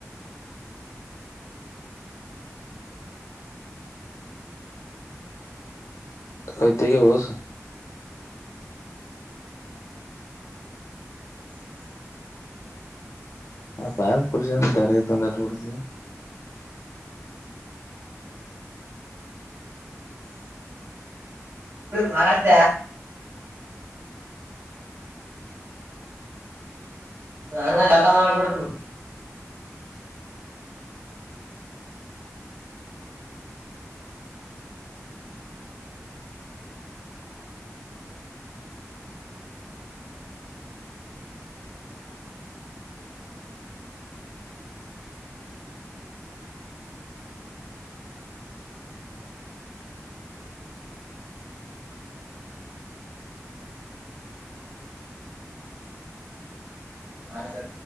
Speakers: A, on the left; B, on the right.
A: ಕತಿಗ ಹೊಸೂ. ಅಪ ಯಾರ ಕುಡಕ್ಷ ತರಗ ತಂದಟ್ಟ ಕೊತ
B: ನತ ಸ ಜತ ಮಾಡಲ್ ಕೊಡ್ತು ಮಾಡ್ಬಿಡ್ತ